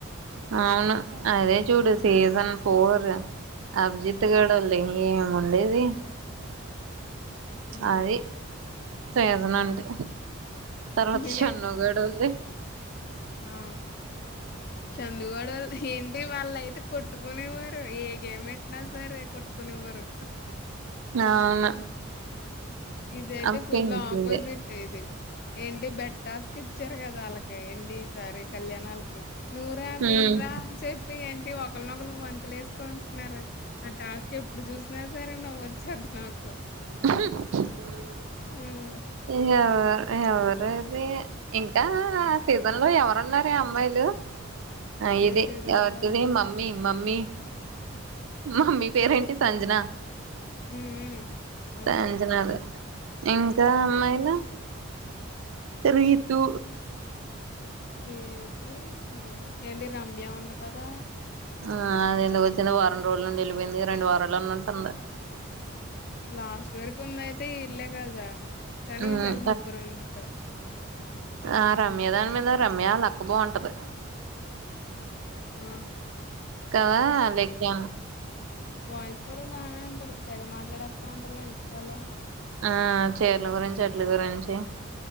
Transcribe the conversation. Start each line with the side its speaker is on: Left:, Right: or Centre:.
Right: అవును అదే చూడు సీజన్ ఫోర్ అభిజిత్ గాడు వాళ్ళ ఏముండేది
Left: హ్మ్
Right: అది సేజనంటె తర్వాత
Left: నిజమే.
Right: షన్నుగాడోల్డి
Left: ఆ చందుగాడోళ్లది ఏంటి వాళ్ళ అయితే కొట్టుకునేవారు ఏగేమ్ పెట్టినా సరే కొట్టుకునేవారు
Right: అవును
Left: ఇది అయితే
Right: ఆ
Left: ఫుల్
Right: పింకీది
Left: ఆపోజిట్ ఇది ఏంటి బెట్టాస్కి ఇచ్చారు కదా వాళ్ళకి ఏంటి సారి కళ్యాణాలకి నూరా
Right: హ్మ్
Left: నిండ రా అని చెప్పి ఏ ఒకరినొకరు వంతులు వేసుకుంటున్నారు ఆ టాస్క్ ఎప్పుడు చూసినా సరే నవ్వు వచ్చది నాకు
Right: ఆహా <unintelligible>
Left: హ్మ్.
Right: ఏం కావాలా ఎవరుది ఇంకా సీజన్ లో ఎవరున్నారే అమ్మాయిలు ఆ
Left: ఏ
Right: ఇదే
Left: సీజన్‌లో
Right: అదే మమ్మీ మమ్మీ మమ్మీ పేరేంటి సంజనా
Left: హ్మ్. హ్మ్. అవును.
Right: సంజనాద ఇంకా అమ్మాయిల రీతు
Left: లేదు అ ఏంటి రమ్య ఉంది కదా
Right: ఆ అదే ఎందుకొచ్చింద వారం రోజుల నుండి వెజ్ పొయింది రెండు వార్తలు ఉన్నట్టుంది
Left: లాస్ట్ వరకు ఉందయితే ఇల్లే కదా కాని
Right: హ్మ్
Left: ఈసర్ ముగ్గురు ఉన్నారు
Right: ఆ రమ్య దాని మీద రమ్య వాళ్ళ అక్క బాగుంటది
Left: హ్మ్
Right: కద అలేఖ్య
Left: వాయిస్ కూడా బానే ఉంటది తెగ మాట్లాడ పెడ్తా ఉంటది గా ఇంస్టా లో
Right: ఆ చీరల గురించి <inaudible> గురించి